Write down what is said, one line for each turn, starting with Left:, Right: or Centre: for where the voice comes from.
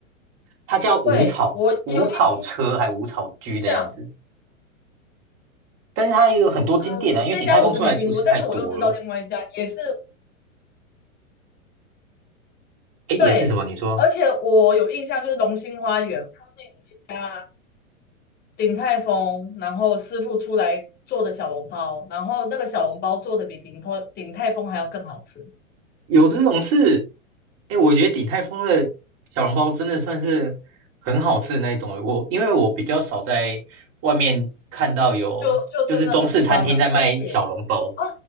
Right: 它叫五草五草车还五草居的样子，
Left: 对，我有印象。
Right: 但是它有很多间店啊，
Left: 呃，
Right: 因为鼎泰丰出来的厨师太多了，
Left: 这家我是没听过，但是我又知道另外一家也是
Right: 诶，也是什么你说？
Left: 对，而且我有印象，就是龙兴花园附近有一家鼎泰丰，然后师傅出来做的小笼包，然后那个小笼包做的比鼎泰鼎泰丰还要更好吃，
Right: 有这种事？哎，我觉得鼎泰丰的小笼包真的算是很好吃的那一种。
Left: 是，
Right: 我因为我比较少在外面看到有就是中式餐厅在卖小笼包，
Left: 就就真的很夸张，而且哦，